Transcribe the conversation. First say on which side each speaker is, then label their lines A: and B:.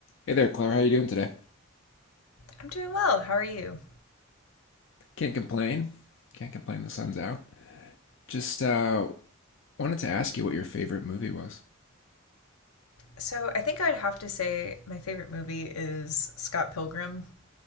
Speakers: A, on the left; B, on the left.
A: Hey there, Claire. How are you doing today?
B: I'm doing well. How are you?
A: Can't complain. Can't complain. The sun's out. Just uh, wanted to ask you what your favorite movie was.
B: So I think I'd have to say my favorite movie is Scott Pilgrim.